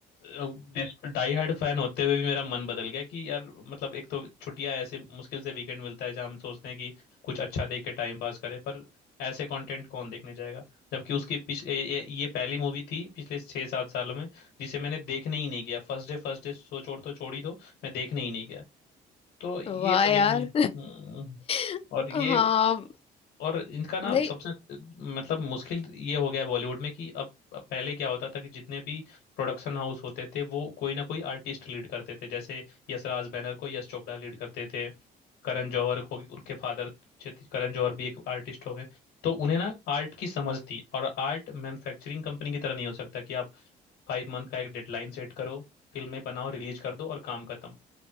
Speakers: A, on the left; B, on the left.
A: डाई हार्ड फैन होते हुए भी मेरा मन बदल गया कि यार मतलब एक तो छुट्टियां ऐसे मुश्किल से वीकेंड मिलता है जहाँ हम सोचते हैं कि कुछ अच्छा देख के टाइम पास करें पर ऐसे कंटेंट कौन देखने जाएगा जबकि उसकी पिछ ए- ए- ये पहली मूवी थी पिछले छह सात सालों में जिसे मैंने देखने ही नहीं गया First day first day so छोड़ तो छोड़ ही दो मैं देखने ही नहीं गया तो ये
B: वाह
A: समझ
B: यार
A: में हम्म,
B: <laughs>
A: और ये
B: हाँ
A: और इनका ना
B: नहीं
A: सबसे मतलब मुश्किल ये हो गया है बॉलीवुड में कि अब अब पहले क्या होता था कि जितने भी प्रोडक्शन हाउस होते थे वो कोई ना कोई आर्टिस्ट लीड करते थे जैसे यशराज बैनर को यश चोपड़ा लीड करते थे करण जौहर हो गए उनके फादर करण जौहर भी एक आर्टिस्ट हो गए तो उन्हें ना आर्ट की समझ थी और आर्ट मैन्युफैक्चरिंग कंपनी की तरह नहीं हो सकता कि आप फाइव मंथ का एक डेडलाइन सेट करो फिल्में बनाओ रिलीज कर दो और काम खत्म